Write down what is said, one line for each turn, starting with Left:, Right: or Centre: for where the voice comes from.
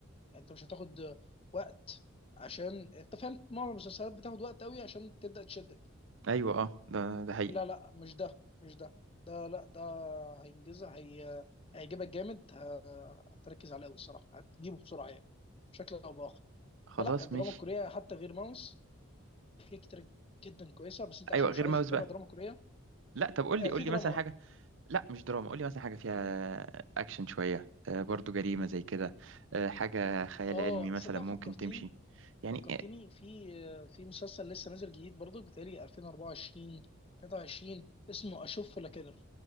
Left: يعني انت مش هتاخد وقت عشان انت فاهم معظم المسلسلات بتاخد وقت قوي عشان تبدأ تشدك
Right: ايوه اه ده ده حقيقي
Left: لا لا مش ده مش ده ده لا ده هينجزها هي هيعجبك جامد ه- هتركز عليه قوي الصراحة هتجيبه بسرعة يعني بشكل او باخر
Right: خلاص
Left: فلا الدراما
Right: ماشي
Left: الكورية حتى غير ماوس في حاجات كتير جدا كويسة بس انت عشان
Right: ايوه
Left: مش
Right: غير
Left: عايز
Right: ماوس
Left: تتابع
Right: بقى
Left: دراما كورية
Right: لا طب قول
Left: آه،
Right: لي قول
Left: في
Right: لي
Left: دراما
Right: مثلا
Left: بقى
Right: حاجة لا مش دراما قول لي مثلا حاجة فيها اكشن شوية آه برضو جريمة زي كده آه حاجة خيال
Left: اه
Right: علمي مثلا
Left: صدق
Right: ممكن
Left: فكرتيني
Right: تمشي يعني
Left: فكرتيني في آه، في مسلسل لسه نازل جديد برضو بتهيألي 2024 23 اسمه اشوب فور كيلر